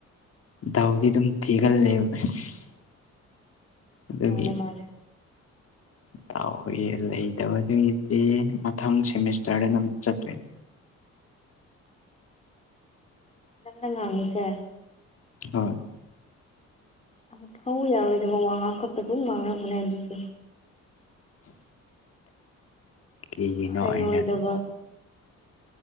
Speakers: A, on the left; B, on the left.
A: ꯗꯥꯎꯗꯤ ꯑꯗꯨꯝ ꯊꯤꯒꯜꯂꯦꯕ ꯑꯁ ꯑꯗꯨꯒꯤ
B: ꯃꯥꯜꯂꯦ ꯃꯥꯜꯂꯦ
A: <unintelligible> ꯂꯩꯇꯕꯗꯨꯒꯤꯗꯤ ꯃꯊꯪ ꯁꯦꯃꯤꯁꯇꯔꯗꯅ ꯑꯃꯨꯛ ꯆꯠꯇꯣꯏꯅꯦ
B: ꯅꯪꯅ ꯉꯥꯡꯉꯤꯁꯦ
A: ꯍꯣꯏ
B: ꯑꯐꯧ ꯌꯥꯔꯣꯏꯗꯕ ꯋꯥ ꯉꯥꯡ ꯈꯛꯇ ꯑꯗꯨꯝ ꯉꯥꯡꯂꯛꯄꯅꯦ ꯑꯗꯨꯁꯨ
A: ꯀꯩꯒꯤꯅꯣ
B: ꯍꯩꯔꯣꯏꯗꯕ
A: ꯑꯩꯅꯥ